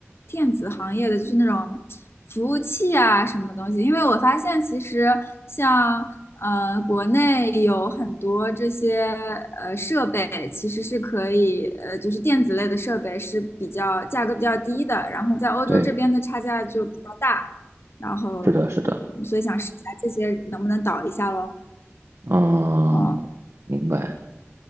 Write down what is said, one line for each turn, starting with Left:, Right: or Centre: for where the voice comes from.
Left: 电子行业的，就是那种服务器啊什么东西，因为我发现其实像呃国内有很多这些呃设备，其实是可以呃就是电子类的设备是比较价格比较低的，然后在欧洲这边的差价就比较大，
Right: 对，
Left: 然后
Right: 是的，是的，
Left: 嗯所以想试一下这些能不能导一下咯。
Right: 嗯，
Left: 哦
Right: 明白。